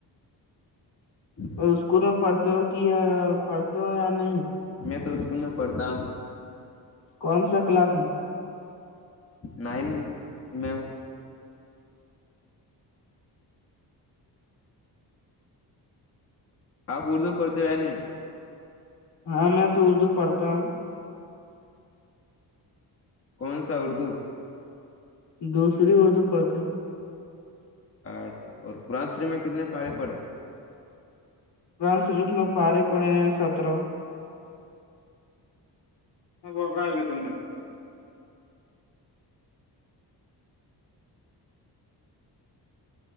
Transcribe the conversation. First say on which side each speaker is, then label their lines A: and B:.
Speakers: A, on the left; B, on the left.
A: ج <inaudible> <inaudible>
B: اور اسکول میں پڑھتے ہو کہ یا پڑھتے ہو یا نہیں
A: میں تو اسکول میں پڑھتا ہوں
B: کون سا کلاس میں
A: نائن میں ہوں آپ اردو پڑھتے ہو یا نہیں
B: ہاں میں تو اردو پڑھتا ہوں
A: کون سا اردو
B: دوسری اردو پڑھتے ہوں
A: اچھا اور قرآن شریف میں کتنے پاارے پڑے
B: قرآن شریف میں پارے پڑے ہے سترہ <unintelligible>